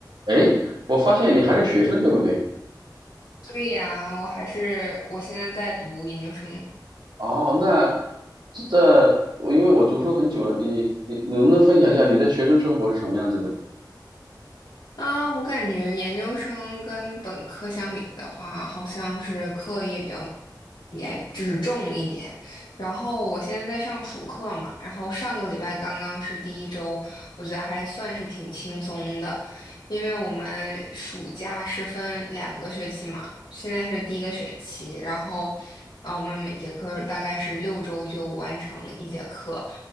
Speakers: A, on the right; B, on the left.
A: 哎，我发现你还是学生，对不对？
B: 对呀，我还是我现在在读研究生
A: 哦，那这我因为我读书很久了，你你能不能分享一下你的学生生活是什么样子的？
B: 啊，我感觉研究生跟本科相比的话，好像是课业比较严，就是重一点。然后我现在在上暑课嘛，然后上个礼拜刚刚是第一周，我觉得还算是挺轻松的，因为我们暑假是分两个学期嘛，现在是第一个学期，然后啊，我们每节课大概是六周就完成一节课。